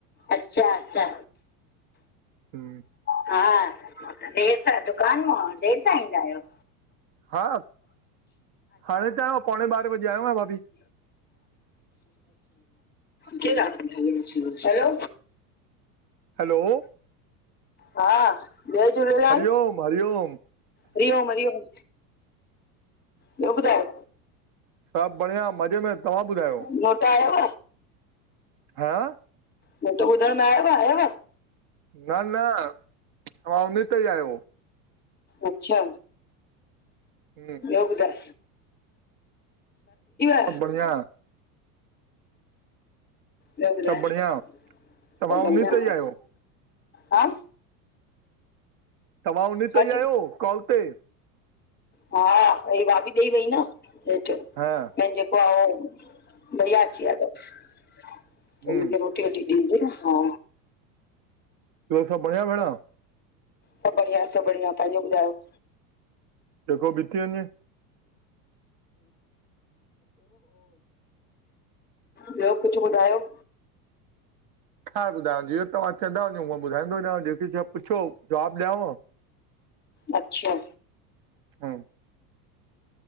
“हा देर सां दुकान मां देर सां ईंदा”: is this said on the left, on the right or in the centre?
Left